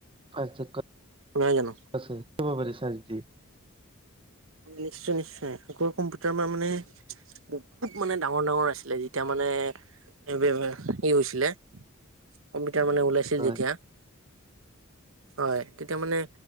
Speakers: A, on the right; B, on the right.
A: পাৰ্থক্য
B: নহয় জানো?
A: আছে <unintelligible> চাই-চিতি।
B: নিশ্চয়, নিশ্চয়, আগৰ কম্পিউটাৰ <unintelligible> মানে বহুত মানে ডাঙৰ-ডাঙৰ আছিলে! যেতিয়া মানে হেৰি হৈছিলে কম্পি তাৰমানে ওলাইছিল
A: হয়
B: যেতিয়া। হয় তেতিয়া মানে